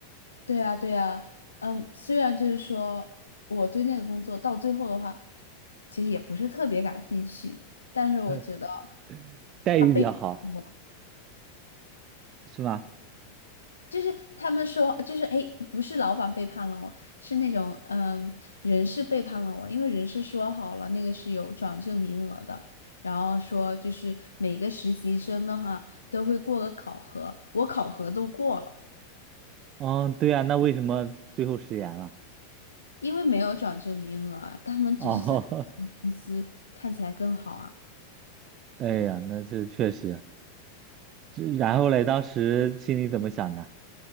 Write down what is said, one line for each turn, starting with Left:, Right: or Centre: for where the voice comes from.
Left: 对呀，对呀，嗯，虽然就是说我对那个工作到最后的话，其实也不是特别感兴趣，但是我觉得
Right: <laughs> 待遇比较好，
Left: 他背叛我，
Right: 是吗？
Left: 就是他们说，就是哎，诶不是老板背叛了我，是那种嗯人事背叛了我，因为人事说好了那个是有转正名额的，然后说就是每个实习生的话都会过个考核，我考核都过了。
Right: 嗯，对啊，那为什么最后食言了？
Left: 因为没有涨这名额啊他们只是想让公司看起来更好啊。
Right: 哦，<laughs> 哎呀，那这确实。这然后嘞，当时心里怎么想的？